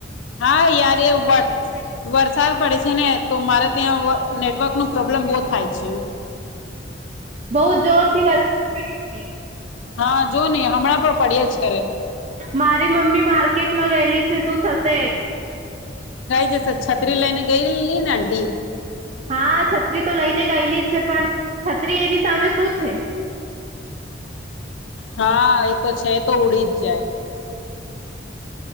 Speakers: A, on the left; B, on the right.
A: હા યાર વાત વરસાદ પડે છે ને તો મારે ત્યાં નેટવર્ક નું પ્રોબ્લેમ બહુ થાય છે
B: બઉ જોરથી વરસાદ
A: હા જો ને હમણાં પણ પડ્યા જ કરે
B: મારી મમ્મી માર્કેટમાં ગયેલી છે શું થશે
A: જ છત્રી લઇને ગઈ લી ને આંટી
B: હા છત્રી તો લઈને ગયેલી છે પણ છત્રી એની સામે શું છે
A: હા એ તો છે એ તો ઉડી જ જાય